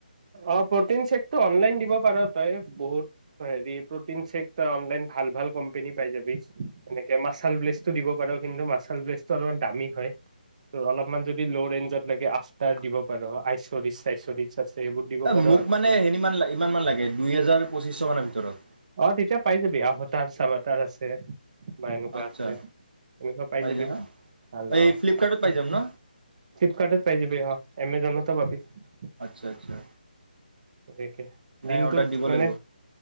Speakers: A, on the right (about 45°); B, on the right (about 80°).
A: অ প্ৰটিন চে্ তই অনলাইন দিব পাৰ তই বহুত হেৰি প্ৰ'টিন চেক তই অনলাইন ভাল ভাল কোম্পেনী পাই যাবি এনেকে মাছাল ব্লেছটো দিব পাৰ কিন্তু মাচাল ব্লেছটো অলপমান দামী হয় ত' অলপমান যদি ল' ৰেঞ্জত লাগে আফটাৰ দিব পাৰ আইচৰিচ <unintelligible>
B: এ
A: পাৰ
B: মোক
A: আৰু
B: মানে
A: তই।
B: হে ইমানমান লাগে দুই হেজাৰ পঁচিশ মানৰ ভিতৰত
A: অ তেতিয়া পাই যাবি আভটাৰ চভটাৰ আছে বা এনেকুৱা
B: আচ্ছা
A: আছে এনেকুৱা পাই যাবি
B: যায় ন
A: ভাল
B: এই
A: অ
B: ফ্লিপকাৰ্টত পাই
A: ফ্লিপকাৰ্টত
B: যাম ন
A: পাই যাবি অ এমজনত ত <unintelligible>
B: আচ্ছা, আচ্ছা।
A: দেখ
B: নাই
A: দিনটোত
B: অৰ্ডাৰ দিব
A: মানে
B: লাগিব